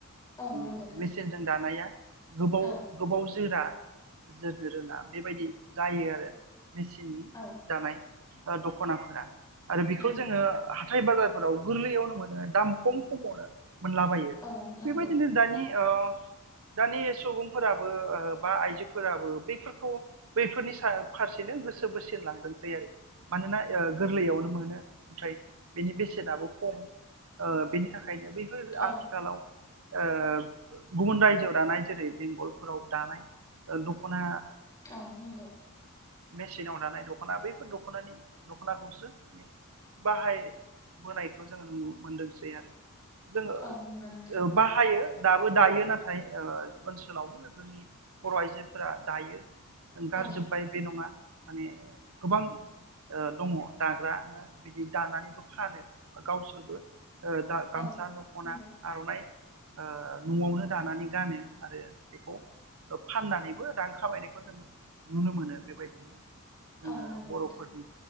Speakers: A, on the left; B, on the right.
A: औ
B: उम
A: नंगौ नोंथां
B: मेचिनजों दानाया गोबाव
A: औ
B: गोबाव जोरा जोरनो रोङा बेबायदि जायो आरो मेचिननि
A: औ
B: दानाय ओ दख'नाफोरा आरो बेखौ
A: नंगौ
B: जोङो हा थाय बाजारफोराव गोरलैयावनो मोनो दाम खम खमावनो मोनलाबायो
A: औ नंगौ
B: बेबायदिनो दानि ओ दानि सुबुंफोराबो ओ बा आइजोफोराबो बेफोरखौ बैफोरनि सा फारसेनो गोसो बोसिन लांदोंसै आरो मानोना ओ गोरलैयाव नुनो मोनो ओमफ्राय बेनि बेसेनाबो खम ओ बेनि था खायनो बैफोर
A: औ
B: आथिखालाव ओ गुबुन रायजोआव दानाय जेरै बेंगलफोराव दानाय दख'ना
A: औ नंगौ।
B: मेचिनाव दानाय दख'ना बैफोर दख'नानि दख'नाखौसो माने बाहायबोनायखौ जोङो नुनो मोनदोंसै आरो जोङो
A: औ नंगौ नोंथां
B: ओ बाहायो दाबो दायो नाथाय ओ ओनसोलावबो जोंनि बर' आइजोफोरा दायो। ओंखारजोबबाय
A: औ
B: बे नंङा माने गोबां ओ दंङ दाग्राना बिदि दानानैबो फानो बा गावसोरबो ओ दा गामसा
A: औ
B: दख'ना
A: नंगौ
B: आर'नाइ ओ न'आवनो दानानै गानो आरो बेखौ ओ फाननानै बो रां खामायनायखौ जों नुनो मोनो बेबायदिनो। जोङो
A: औ नंगौ
B: बर'फोरनि
A: नोंथां।